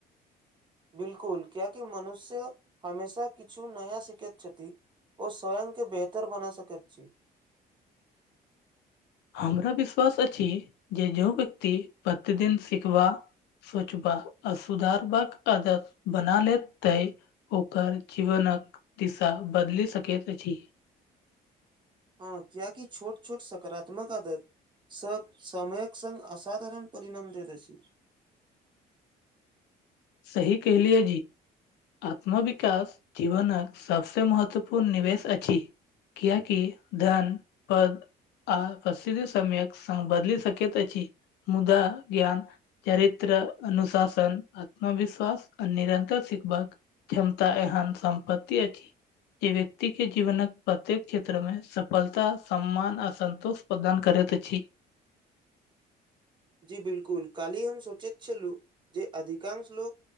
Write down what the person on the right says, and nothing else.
बिलकुल किएकि मनुष्य हमेशा किछु नया सिखैत छथि ओ स्वयं के बेहतर बना सकैत छी
हँ क्या की छोट छोट सकारात्मक आदत सब समयक सङ् असाधारण परिणाम दैत अछि
जी बिलकुल काल्हि हम सोचैत छलहुँ जे अधिकांश लोक